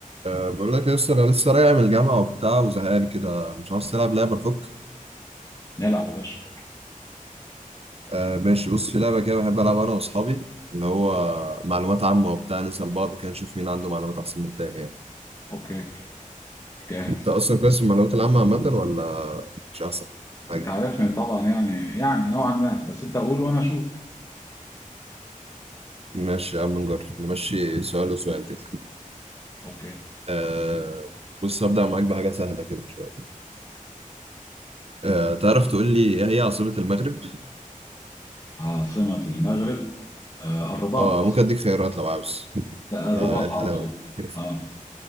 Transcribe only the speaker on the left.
نلعب يا باشا
اوكي جاهز
انت عارفني طبعا يعني يعني نوعا ما بس انت قول وانا اشوف
اوكي
عاصمة المغرب آه الرباط
لا الرباط
على طول
اه